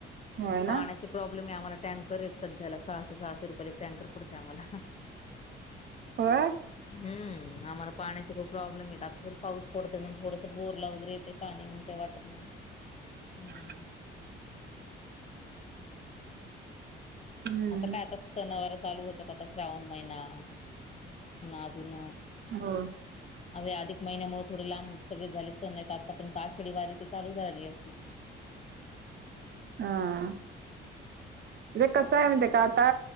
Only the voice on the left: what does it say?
पाण्याचे प्रॉब्लेम आहे आम्हाला टँकर आहेत सध्याला सहाशे सहाशे रुपयाला एक टँकर पडते आम्हाला
हम् आम्हाला पाण्याचे खूप प्रॉब्लेम आहेत आता तरी पाऊस पडतोय म्हणून थोडसं बोरला वगैरे येते पाणी म्हणून काही वाटत नाही. हम्म
आता काय आता सणावार चालू होतात आता श्रावण महिना अजून
अर अधिक महिन्यामुळे थोडे लांब सगळे झाले. नाही आता पण आषाढी वारी ते चालू झालेली असती.